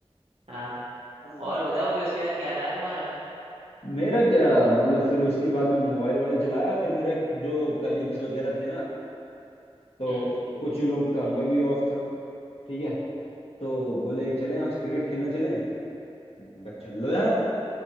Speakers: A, on the right; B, on the left.
A: हाँ
B: अ,
A: और बताओ फिर उसके बाद क्या रहा तुम्हारा
B: मेरा क्या मतलब फिर उसके बाद में मोबाइल वोबाइल चलाया फिर मेरे जो कलीग्स वगैरह थे ना तो
A: हम्म
B: कुछ लोग का उनका भी ऑफ था ठीक है तो बोले चलें आज क्रिकेट खेलने चलें मैंने कहा चल लो यार